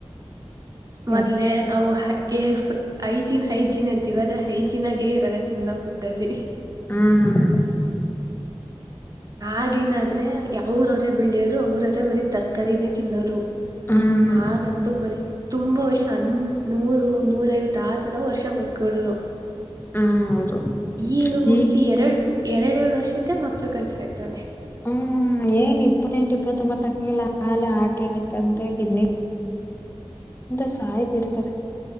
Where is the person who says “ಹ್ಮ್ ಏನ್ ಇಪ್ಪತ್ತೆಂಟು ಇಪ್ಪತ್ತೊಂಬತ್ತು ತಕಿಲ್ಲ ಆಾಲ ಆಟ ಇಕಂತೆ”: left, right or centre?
Left